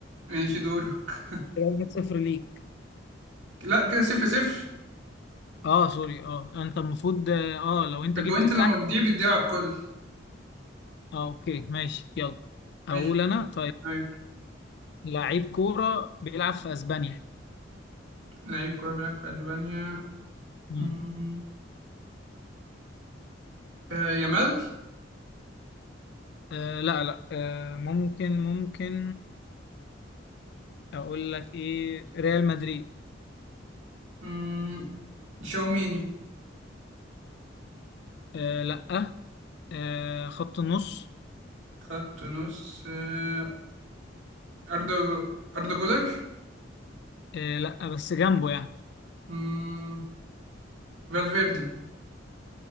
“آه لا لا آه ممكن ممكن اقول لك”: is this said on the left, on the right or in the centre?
Left